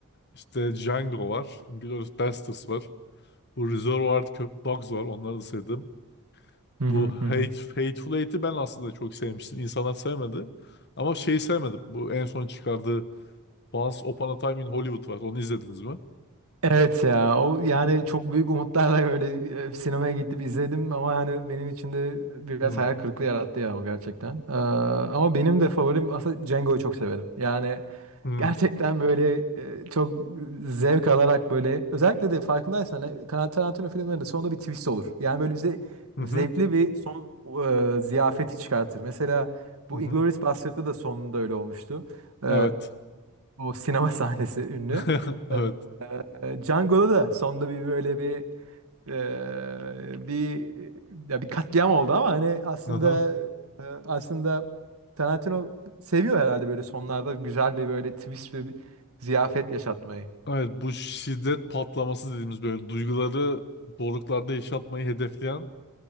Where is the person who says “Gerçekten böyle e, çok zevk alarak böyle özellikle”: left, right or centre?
Right